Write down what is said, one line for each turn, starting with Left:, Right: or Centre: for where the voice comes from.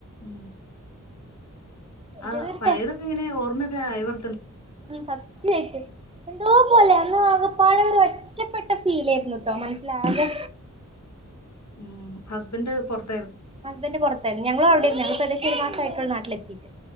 Left: ഉ
Right: മറ്റേത്
Left: ആ
Right: ഒരു
Left: പഴയതൊക്കെ ഇങ്ങനെ ഓർമ്മയൊക്കെ ആയവർ
Right: ഉ സത്യായിററ് എന്തോ പോലെ അന്ന് ആകെപ്പാട ഒരു ഒറ്റപ്പെട്ട ഫീല ആയിരുന്നു ട്ടോ മനസ്സിലാകെ
Left: ഉ ഹസ്ബന്ഡ് പുറത്ത്
Right: ഹസ്ബൻഡ് പുറത്തായിരുന്നു. ഞങ്ങളും അവിടെരുന്നു ഏദേശം ഒരു മാസമായിട്ടുള്ള നാട്ടിലെത്തിയിട്ട്.